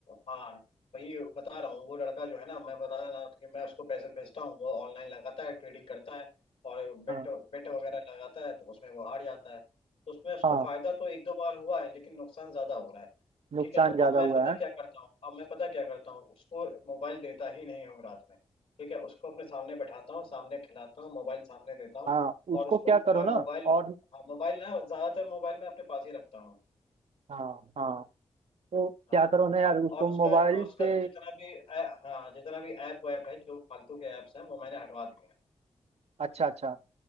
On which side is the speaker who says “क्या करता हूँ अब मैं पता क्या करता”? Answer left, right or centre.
Left